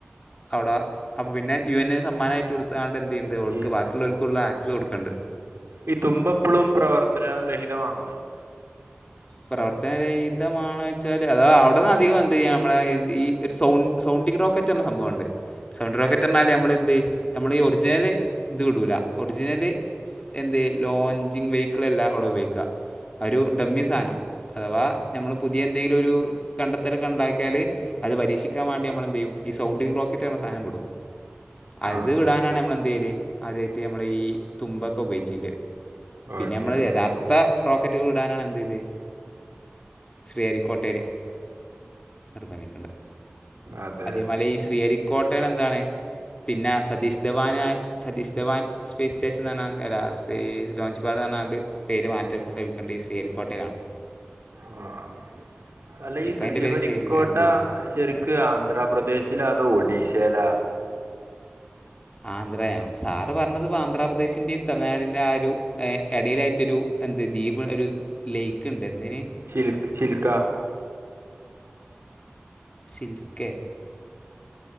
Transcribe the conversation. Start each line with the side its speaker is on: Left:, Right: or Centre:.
Left: അവിടെ അപ്പൊ പിന്നെ യ എ സമ്മാനമായിട്ട് കൊടുതാണ്ട് എന്തു ഉണ്ട്ടുക്ക്
Right: ഈ
Left: ബാക്കിയുള്ളവർക്ക് ഉള്ള ആക്സസ് കൊടുക്കുണ്ട്
Right: ഈ തുമ്പപ്പളും പ്രവർത്തനരഹിതമാണോ ഇത്
Left: പ്രവർത്തനരഹിതമാണോ വെച്ചാല് അത അവിടന്ന് അധികം എന്ത് ചെയ്യൻ നമ്മളെ ഈ ഒരു സൗണ്ട് സൗണ്ടിംഗ് റോക്കറ്റ് എന്ന സംഭവമുണ്ട് സൗണ്ട് റോക്കറ്റ് പറഞ്ഞാൽ നമ്മള് എന്ത് നമ്മള് ഈ ഒറിജിനല് ഇത് വിടൂല ഒറിജിനല് എന്ത് ലോഞ്ചിങ് വെഹിക്കിള് എല്ലാം അവിടെ ഉപയോഗിക്കുക ഒരു ഡമ്മി സാധനം അഥവാ നമ്മള് പുതിയ എന്തെങ്കിലും ഒരു കണ്ടെത്തലൊക്ക ഉണ്ടാക്കിയാല് അത് പരീക്ഷിക്കാൻ വേണ്ടി നമ്മളെന്തെയ്യും ഈ സൗണ്ടിംഗ് റോക്കറ്റ് പറിണ സാധനം വിടും അത്
Right: ആ
Left: വിടാനാണ്
Right: ആ
Left: നമ്മള് എന്തു ചെയല് അതായിട്ട് നമ്മള് ഈ തുമ്പൊക്കെ ഉപയോഗിച്ചിരുന്നത് പിന്നെ
Right: ഓക്കെ
Left: നമ്മള് യഥാർത്ഥ
Right: ഓക്കെ
Left: റോക്കറ്റുകൾ ഇടാനാണ് എന്ത്തേത് ശ്രീഹരിക്കോട്ടൽ നിർബന്ധിക്കുണ്ട്
Right: അതെ
Left: അദ്യേ മലേശ ശ്രീഹരിക്കോട്ടകള് എന്താണ് പിന്നെ സതീഷ് ധവനായ സതീഷ് ധവാൻ സ്പേസ് സ്റ്റേഷൻ എന്നാണ്സ്ം അപ്പോൾ ഈ ലോഞ്ച് പാട് പറഞ്ഞാണ്ട് പേര് മാറ്റം ലഭിക്കേണ്ട ഈ ശ്രീഹരിരിക്കോട്ടയിലാണ്
Right: ആ ആ. അല്ല ഈ
Left: ഇപ്പം
Right: ശ്രീഹരിക്കോട്ട
Left: അതിൻ്റെ പേര് ശ്രീഹരിക്ക എന്ത്
Right: ശെരിക്ക് ആന്ധ്രാപ്രദേശിലോ അതോ ഒഡീഷയിലാ
Left: ആന്ധ്രയാണ് സാറ് പറഞ്ഞത് ഇപ്പ ആന്ധ്രാപ്രദേശിന്റെയും തമിഴ്നാടിന്റെറെയും ആ ഒരു ഇടയിലായിട്ടൊരു എന്ത് ദീപ് ഒരു ലൈക്ക് ഉണ്ട് എന്തതിന്
Right: ചിൽ ചിൽക്ക
Left: സില്ക്കെ